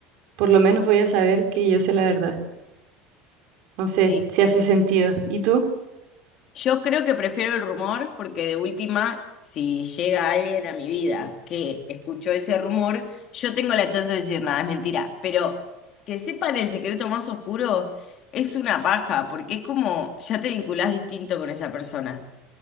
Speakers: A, on the right; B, on the left.
A: por lo menos voy a saber que yo sé la verdad. No sé
B: sí.
A: si hace sentido. ¿Y tú?
B: Yo creo que prefiero el rumor porque de última, si llega alguien a mi vida que escuchó ese rumor, yo tengo la chance de decir nada, es mentira. Pero que sepan el secreto más oscuro es una paja, porque es como ya te vinculás distinto con esa persona.